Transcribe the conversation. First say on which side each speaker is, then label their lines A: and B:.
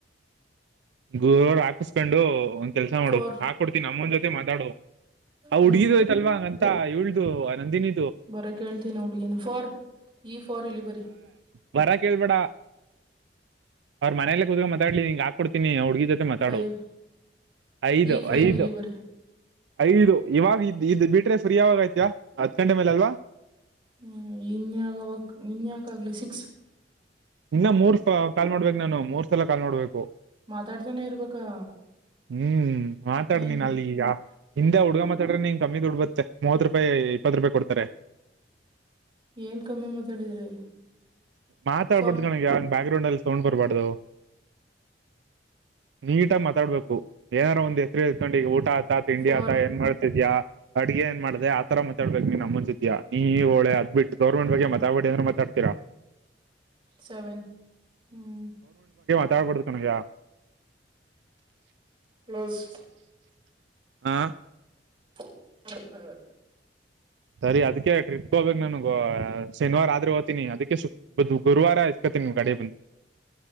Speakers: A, on the right; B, on the right.
A: ಗುರುವರು ಹಾಕಿಸಕಂಡು ಕೆಲ್ಸ ಮಾಡು
B: ಫೋರ್
A: ಹಾಕ ಕೊಡ್ತೀನಿ ನಮ್ಮಂದ್ ಜೊತೆ ಮಾತಾಡ ಅವ್
B: ಹ್ಮ್
A: ಹುಡುಗಿದ್ೋಯ್ತಲ್ವಾ ತ್ತಾ ಇಳ್ದು ಆ ನಂದಿನಿ
B: ಬರ ಕೇಳ್ತೀನಿ ಹುಡ್ಗೀನ ಫಾರ್ ಈ ಫಾರ್ ಇಲ್ಲಿ ಬರಿೀ
A: ಬರ ಕೇಳ್ಬೇಡ ಅವ್ರ ಮನೇಲ್ಲ ಕೂತ್ಕ ಮಾತಾಡ್ಲಿಿಂಗ ಹಾಕ್ಕೊಡ್ತೀನಿ ಹುಡ್ಗಿ ಜೊತೆ ಮಾತಾಡುವ
B: ಫೈವ್
A: ಐದು
B: ಈ ಫೈವ್
A: ಐದು
B: ಇಲ್ಲಿ ಬರಿ
A: ಐದು ಇವಾಗ ಇದ್ ಇದ್ ಬಿಟ್ರೆ ಫ್ರೀ ಆವಾಗ ಆಯ್ತಿಯ ಹತ್ ಗಂಟೆ ಮೇಲೆ ಅಲ್ವಾ
B: ಹ್ಮ್ ಇನ್ಯಾಗವಕ್ ಇನ್ಯಾಕ ಆಗ್ಲಿ ಸಿಕ್ಸ್
A: ಇನ್ನ ಮೂರ್ ಕಾಲ್ ಮಾಡ್ಬೇಕುಕ್ ನಾನು ಮೂರ್ ಸಲ ಕಾಲ್ ಮಾಡ್ಬೇಕು
B: ಮಾತಾಡ್ದನೇ ಇರ್ಬೇಕಾ
A: ಹ್ಮ್ ಮಾತಾಡ್
B: ನೈನ್
A: ನೀನ್ ಅಲ್ಲಿಗ ಹಿಂದೆ ಹುಡ್ಗ ಮಾತಾಡ್ರ ನೀನ್ ಕಮ್ಮಿ ದುಡ್ಬತ್ತೆ ಮೂವತ್ ರೂಪಾಯಿ ಇಪ್ಪತ್ತು ರೂಪಾಯಿ ಕೊಡ್ತಾರೆ
B: ಏನ್ ಕಮ್ಮಿ ಮಾತಾಡಿದ್ರಿ
A: ಮಾತಾಡ್ಬಾರ್ದು
B: ಫೋರ್
A: ಕನಗೆ ಯಾವಂಗ ಬ್ಯಾಕ್ ಗ್ರೌಂಡ್ ಅಲ್ಲಿ ತೋೊಂಡ್ ಬರ್ಬಾರ್ದವು ನೀಟ್ ಆ ಮಾತಾಡ್ಬೇಕು ಏನಾದಾರ ಒಂದ ಹೆಸರು ಇತ್ಕೊಂಡು ಈ ಊಟ ಆತಾ ತಿಂಡಿ
B: ಫೋರ್
A: ಆತಾ ಏನ್ ಮಾಡ್ತಿದ್ಯಾಾ ಅಡ್ಗೆ ನ್ ಮಾಡ್ದ ಆತರತಾಡ್ಬೇಕಕ್ ನೀ ನಮ್ಮನ್ ಜೊತತ್ಯ ನೀ ಹಳೆ ಅದ್ ಬಿಟ್ಟು ಗೌರ್ಮೆಂಟ್ಗ್ ಮಾತಾಡಡಿ ಅ್ರೆ ಮಾತಾ ಹತರಾ
B: ಸೆವೆನ್ ಹ್ಮ್
A: ಸೇಪಡ್ತಣಯಾ
B: ಪ್ಲೋಸ್
A: ಹಾ
B: ಹೌ ಹೌದು
A: ಸರಿ ಅದಕ ಟ್ರಿಪ್ ಹೋಗಬೇಕು ನನ್ಗೆ ವ ಶನಿವಾರ ಆದ್ರೆ ಹೋಗ್ತೀನಿ ಅದಕ್ಕೆ ಬ ಗುರುವಾರ ಇಸ್ಕತಿನಿ ಗಾಡಿ ಬಂದು.